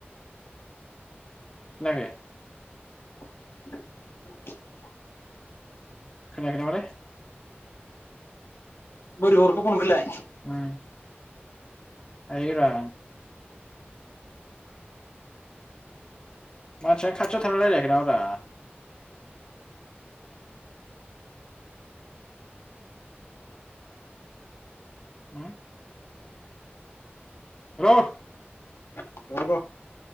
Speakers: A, on the left; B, on the left.
A: खोनायाखै
B: <inaudible>
A: खोनायाखै नामालै?
B: बोरो हरखो फनखोलाय
A: ओम हायो रा मानसियानो खाथियाव थाना रायलायाखै नामारा हो। हेल'
B: र' र'